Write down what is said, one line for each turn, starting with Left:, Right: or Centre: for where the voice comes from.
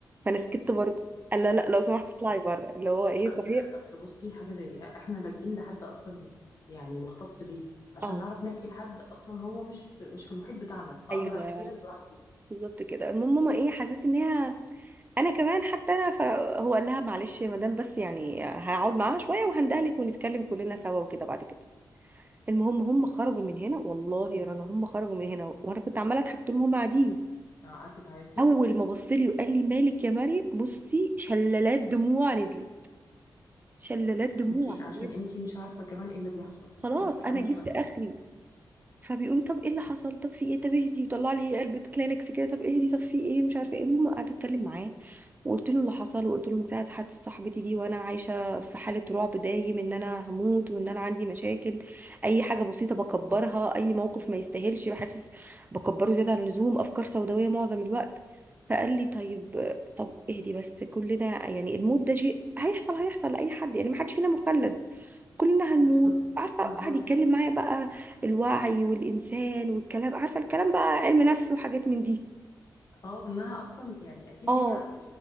Right: فانا سكت برضه قال لا لا لو سمحت اطلعي بره اللي هو ايه
Left: اصل
Right: فهي
Left: اصل بصي حاجه زي دي احنا لاجئين لحد اصلا يعني مختص ليه عشان
Right: اه
Left: نعرف نحكي لحد اصلا هو مش في مش في المحيط بتاعنا اقدر
Right: ايوه
Left: احكي لك براحتي
Right: بالظبط كده المهم ماما ايه حسيت ان هي انا كمان حتى انا فهو قال لها معلش يا مدام بس يعني هقعد معاها شويه وهندهلك ونتكلم كلنا سوا وكده بعد كده المهم هم خرجوا من هنا والله يا رنا هم خرجوا من هنا وانا كنت عماله اضحك طول ما هم قاعدين
Left: آه، قعدتي تعيطي
Right: اول ما بص لي وقال لي مالك يا مريم بصي شلالات دموع نزلت شلالات دموع
Left: انتي عشان
Right: بجد
Left: انتي مش عارفه كمان ايه اللي بيحصل
Right: خلاص
Left: انتي كمان
Right: انا
Left: مش
Right: جبت
Left: عارفه
Right: اخري
Left: بت-
Right: فبيقول لي طب ايه اللي حصل طب في ايه طب اهدي وطلع لي علبه كلينكس كده طب اهدي طب في ايه مش عارفه ايه المهم قعدت اتكلم معاه وقلت له اللي حصل وقلت له من ساعه حادثه صاحبتي دي وانا عايشه في حاله رعب دايم ان انا هموت وان انا عندي مشاكل اي حاجه بسيطه بكبرها اي موقف ما يستاهلش بحسس بكبره زياده عن اللزوم افكار سوداويه معظم الوقت فقال لي طيب طب اهدي بس كلنا يعني الموت ده شيء هيحصل هيحصل لاي حد يعني ما حدش فينا مخلد كلنا هنموت
Left: بالظبط
Right: عارفة
Left: بالظبط
Right: قعد يتكلم معايا بقى الوعي والإنسان والكلام عارفة الكلام بقى علم نفس وحاجات من دي
Left: اه انها اصلا يعني اكيد
Right: اه
Left: هي